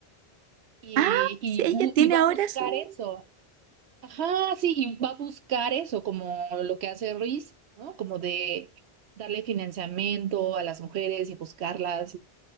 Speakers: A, on the right (about 85°); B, on the right (about 65°).
A: y,
B: Ah,
A: y,
B: sí, ella
A: bu-
B: tiene
A: y va
B: ahora
A: a buscar
B: su...
A: eso. Ajá, sí, y va a buscar eso, como lo que hace Ruiz, ¿no? Como de darle financiamiento a las mujeres y buscarlas